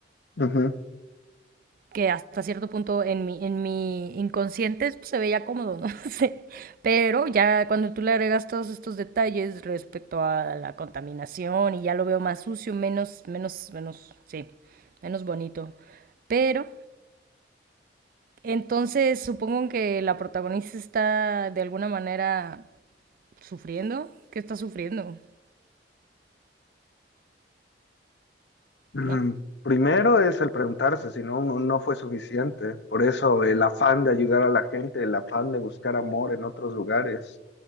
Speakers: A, on the left (about 70°); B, on the right (about 50°).
A: Ujú.
B: que hasta cierto punto en mi, en mi inconsciente pues, se veía cómodo, no <laughs> sé. Pero ya cuando tú le agregas todos estos detalles respecto a la contaminación y ya lo veo más sucio, menos, menos, menos, sí, menos bonito. Pero Entonces, supongo que la protagonista está de alguna manera sufriendo. ¿Qué está sufriendo?
A: Mm,
B: ¿No?
A: Primero es el preguntarse si no, no no fue suficiente. Por eso el afán de ayudar a la gente, el afán de buscar amor en otros lugares.